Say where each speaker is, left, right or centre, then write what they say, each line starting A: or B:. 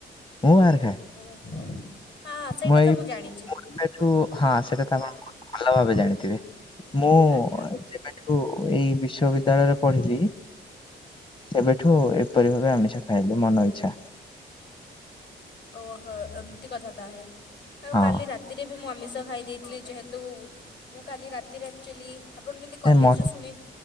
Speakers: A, on the left (about 25°); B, on the left (about 60°).
A: ମୁଁ ବାହାରେ ଖାଏ
B: ଓ <inaudible> ସେଇଟା
A: ମୁଁ ଏଇଠୁ
B: ତ ଜାଣିଛି
A: ହଁ ସେଇଟା ତ ଆପଣ ବହୁତ ଭଲ ଭାବେ ଜାଣିଥିବେ ମୁଁ
B: ଆଜ୍ଞା
A: ଯେବେଠୁ ଏଇ ବିଶ୍ଵବିଦ୍ୟାଳୟରେ ପଢିଲି ସେବେଠୁ ଏପରି ଭାବେ ଆମିଷ ଖାଇଲି ମନ ଇଛା।
B: ଓହୋ ଏମିତି କଥା ତାହେଲେ ଆଉ
A: ହଁ
B: କାଲି ରାତିରେ ବି ମୁଁ ଆମି ଖାଇ ଦେଇଥିଲେ ଯେହେତୁ ମୁଁ କାଲି ରାତିିରେ ଆକ୍ଚୁଲି ଆପଣ ଯଦି କଲେଜରୁ
A: ଏ ମ ହଁ
B: ଶୁଣି